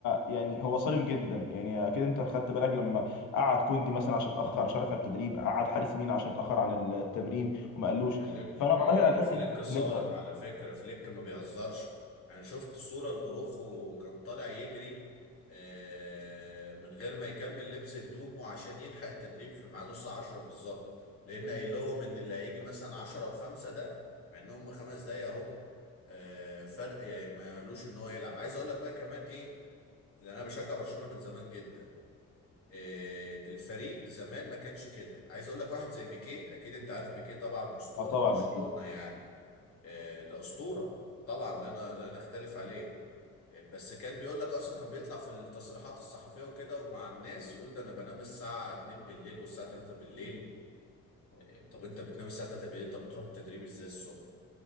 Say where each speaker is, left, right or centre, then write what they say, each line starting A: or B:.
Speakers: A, on the left; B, on the left.
A: يعني هو صارم جدا يعني اكيد انت خدت بالك لما قعد كوندي مثلا عشان اتاخر مش عارف على التدريب قعد حارس مين عشان اتاخر عن التمرين وما قالوش
B: فليك
A: فانا براهن على الحته
B: فليك
A: دي
B: صارم
A: فليك بقى
B: على فكرة فليك ما بيهزرش انا شفت صورة لأوروخو كان طالع يجري آه، من غير ما يكمل لبس هدومه عشان يلحق التدريب في ميعاده الساعة 10 بالظبط لأن قايل لهم إن اللي هيجي مثلا 10 و5 ده مع إن هم خمس دقايق أهو آه، فرق يعني مالوش إن هو يلعب عايز أقول لك بقى كمان إيه لأن أنا بشجع برشلونة من زمان جدا آه، الفريق زمان ما كانش كده عايز اقول لك واحد زي بيكيه اكيد انت عارف بيكيه طبعا اسطوره
A: اه طبعا
B: لبرشلونه
A: اكيد
B: يعني آه، ده اسطوره طبعا لا انا لا نختلف عليه آه، بس كان بيقول لك اصلا كان بيطلع في التصريحات الصحفيه وكده ومع الناس يقول ده انا بنام الساعه 2 بالليل والساعه 3 بالليل آه، طب انت بتنام الساعه 3 بالليل طب بتروح التدريب ازاي الصبح